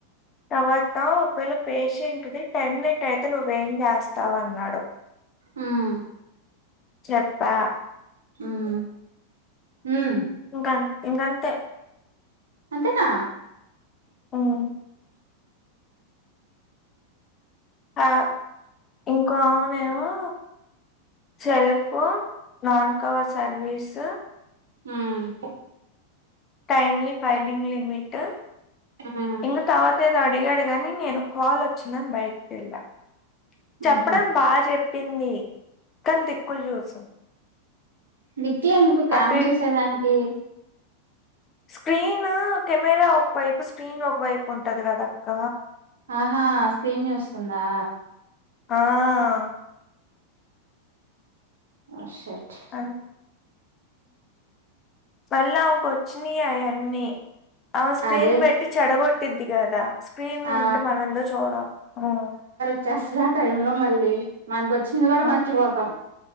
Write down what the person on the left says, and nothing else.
తర్వాత ఒకవేళ పేషెంట్ది టైమ్ లేట్ అయితే నువ్ ఏం జేస్తావ్ అన్నాడు.
చెప్పా
గాన్ ఇంగాంతే
హ్మ్. ఆ ఇంకో అవ్వనేవో సెల్ఫ్ పో నాన్ కవర్ సర్వీసు
టైమ్లీ ఫైలింగ్ లిమిట్టు
ఇంగా తవాత ఏ అడిగాడు గాని నేను కాల్ వచ్చిదని బయట్ కెళ్ళా చెప్పడం
బాగ్ జేప్ పింది కాన్ దిక్కుల్ యూసు
అటు ఇటు
స్క్రీను కెమెరా ఒక వైపు స్క్రీన్ ఒక వైపు ఉంటది గదా అక్క
ఆ
అ <unintelligible> వచ్చినాయి ఆయన్ని అ స్క్రీన్
పెట్టి చెడగొట్టిద్ది కదా స్క్రీన్
ఉంటే మనం ఎందో చూడ ఆ
అ